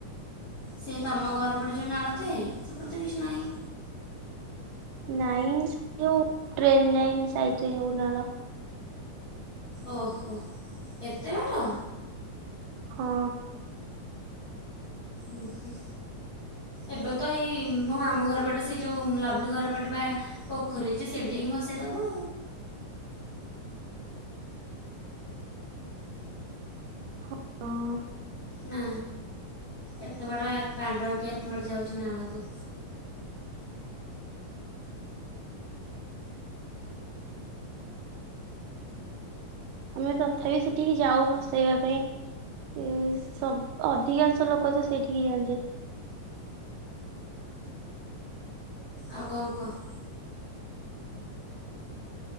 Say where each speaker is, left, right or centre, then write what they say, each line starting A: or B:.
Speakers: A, on the left; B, on the right.
A: ସେ ତମ ଘର ପଟେ ଯେଉଁ ନାଳ ଥାଏ? ସେପଟେ ତ କିଛି ନାହିଁ।
B: ନାଇଁ ଯୋଉ ଟ୍ରେନ୍ ଲାଇନ୍ ସାଇଟରେ ଯୋଉନାଳ।
A: ଓହୋ ଏତେ ବାଟ?
B: ହଁ।
A: ଉଁ ହୁଁ। ଏବେ ତ ହେଇ ମୋ ମାମୁଁ ଘର ପଟେ ସେଇ ଯୋଉ ଲଭଲି ଘର ପଟେ ପା ପୋଖରୀଯେ ସେଠି ଯାଇକି ଭସେଇ ଦବ।
B: ହଁଁ
A: ନା ଏତେ ବାଟ ଏ ପାଣିରେ କିଏ ଏତେ ବାଟ ଯାଉଚି ନାଳକୁ।
B: ଆମେ ତଥାପି ସେଠିକି ଯାଉ ଭସେଇବା ପାଇଁ। ଉଁ ସ ଅଧିକାଂଶ ଲୋକ ତ ସେଇଠିକି ଯାଆନ୍ତି।
A: ଆଉ କଣ କୁହ?